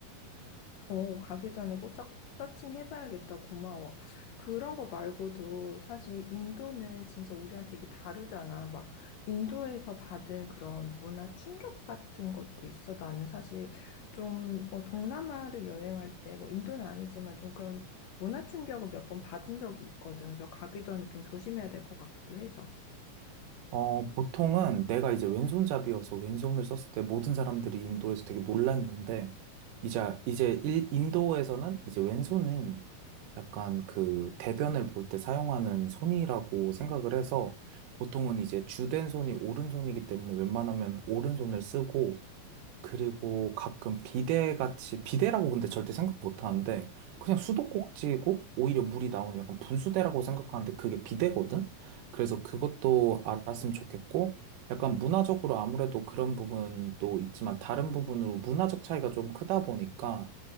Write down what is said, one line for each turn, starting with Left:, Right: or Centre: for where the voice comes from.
Left: 어, 가기 전에 꼭 서, 서칭해봐야겠다. 고마워. 그런 거 말고도 사실 인도는 진짜 우리랑 되게 다르잖아. 막 인도에서 받은 그런 문화 충격 같은 것도 있어. 나는 사실 좀 어, 동남아를 여행할 때 뭐 인도는 아니지만 좀 그런 문화 충격을 몇 번 받은 적이 있거든. 그래서 가기 전에 좀 조심해야 될 것 같기도 해서.
Right: 어, 보통은 내가 이제 왼손잡이여서 왼손을 썼을 때 모든 사람들이 인도에서 되게 놀랐는데, 이제, 이제 일- 인도에서는 이제 왼손은 약간 그 대변을 볼 때 사용하는 손이라고 생각을 해서 보통은 이제 주된 손이 오른손이기 때문에 웬만하면 오른손을 쓰고, 그리고 가끔 비대같이, 비대라고 근데 절대 생각 못 하는데, 그냥 수도꼭지고, 오히려 물이 나오는 약간 분수대라고 생각하는데, 그게 비대거든? 그래서 그것도 알았으면 좋겠고, 약간 문화적으로 아무래도 그런 부분도 있지만, 다른 부분으로 문화적 차이가 좀 크다 보니까,